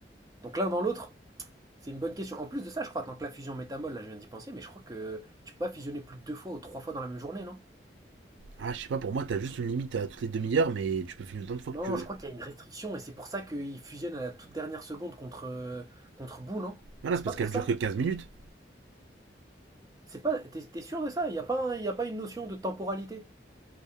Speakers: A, on the right (about 20°); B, on the right (about 85°).
A: Donc l'un dans l'autre, c'est une bonne question. En plus de ça, je crois, tant que la fusion métamol, là je viens d'y penser, mais je crois que tu peux pas fusionner plus de deux fois ou trois fois dans la même journée, non?
B: Ah, je sais pas, pour moi, t'as juste une limite à toutes les demi-heures, mais tu peux finir autant de fois que
A: Non,
B: tu veux.
A: je crois qu'il y a une restriction et c'est pour ça qu'ils fusionnent à la toute dernière seconde contre, euh, contre Boo, non?
B: Voilà,
A: C'est
B: c'est parce
A: pas pour
B: qu'elle
A: ça?
B: dure que 15 minutes.
A: C'est pas, t'es, t'es sûr de ça? Il n'y a pas, un- il y a pas une notion de temporalité?